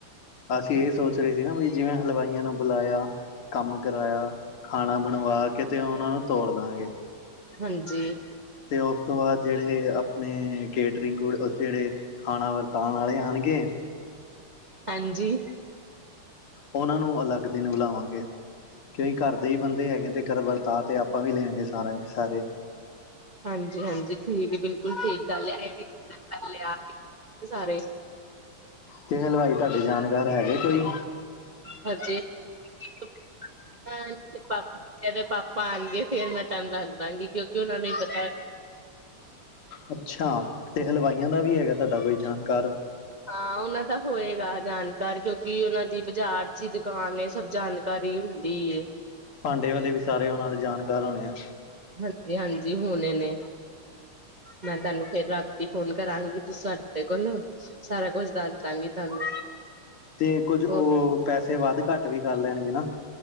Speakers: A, on the left; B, on the right.
A: ਅਸੀਂ ਇਹ ਸੋਚ ਰਹੇ ਸੀ ਨਾ ਵੀ ਜਿਵੇਂ ਹਲਵਾਈਆਂ ਨੂੰ ਬੁਲਾਇਆ ਕੰਮ ਕਰਾਇਆ ਖਾਣਾ ਬਣਵਾ ਕੇ ਤੇ ਉਹਨਾਂ ਨੂੰ ਤੋੜ ਦਾਂਗੇ।
B: ਹਾਂਜੀ।
A: ਤੇ ਉਸ ਤੋਂ ਬਾਅਦ ਜਿਹੜੇ ਆਪਣੇ ਕੇਟਰਿੰਗ ਜਿਹੜੇ ਖਾਣਾ ਵਰਤਾਉਣ ਵਾਲੇ ਆਉਣਗੇ।
B: ਹਾਂਜੀ।
A: ਉਹਨਾਂ ਨੂੰ ਅਲੱਗ ਦਿਨ ਬੁਲਾਵਾਂਗੇ। ਕਿਉਂਈ ਘਰ ਦੇ ਈ ਬੰਦੇ ਹੈਗੇ ਤੇ ਘਰ ਵਰਤਾ ਤੇ ਆਪਾਂ ਵੀ ਲੈਂਗੇ ਸਾਰਾ ਈ, ਸਾਰੇ।
B: ਹਾਂਜੀ-ਹਾਂਜੀ ਠੀਕ ਏ, ਬਿਲਕੁਲ ਠੀਕ ਗੱਲ ਐ, <unintelligible> ਸਾਰੇ।
A: ਤੇ ਹਲਵਾਈ ਤੁਹਾਡੇ ਜਾਣਕਾਰ ਹੈਗੇ ਕੋਈ?
B: ਹਾਂਜੀ। <unintelligible> ਜਦੇ ਪਾਪਾ ਆਣਗੇ, ਫੇਰ ਮੈਂ ਤੁਹਾਨੂੰ ਦੱਸਦਾਂ ਗੀ, ਕਿਉਂਕਿ ਉਹਨਾਂ ਨੂੰ ਈ ਪਤਾ
A: ਅੱਛਾ ਤੇ ਹਲਵਾਈਆਂ ਦਾ ਵੀ ਹੈਗਾ ਤੁਹਾਡਾ ਕੋਈ ਜਾਣਕਾਰ?
B: ਹਾਂ ਉਹਨਾਂ ਦਾ ਹੋਏਗਾ ਜਾਣਕਾਰ, ਕਿਉਂਕਿ ਉਹਨਾਂ ਦੀ ਬਾਜ਼ਾਰ 'ਚ ਈ ਦੁਕਾਨ ਸਭ ਜਾਣ ਕਾਰੀ ਹੁੰਦੀ ਏ।
A: ਭਾਂਡੇ ਵਾਲੇ ਵੀ ਸਾਰੇ ਉਹਨਾਂ ਦੇ ਜਾਣਕਾਰ ਹੋਣੇ ਆ।
B: ਹਾਂਜੀ-ਹਾਂਜੀ ਹੋਨੇ ਨੇ। ਮੈਂ ਤੁਹਾਨੂੰ ਫੇਰ ਰਾਤੀ ਫੋਨ ਕਰਾਂਗੀ, ਤੁਸੀ ਸਾਡੇ ਕੋਲੋਂ ਸਾਰਾ ਕੁਛ ਦੱਸਦਾਂ ਗੀ ਤੁਹਾਨੂੰ।
A: ਤੇ ਕੁੱਝ ਉਹ,
B: ਹੋਰ
A: ਪੈਸੇ ਵੱਧ-ਘੱਟ ਵੀ ਕਰ ਲੈਣਗੇ ਨਾ।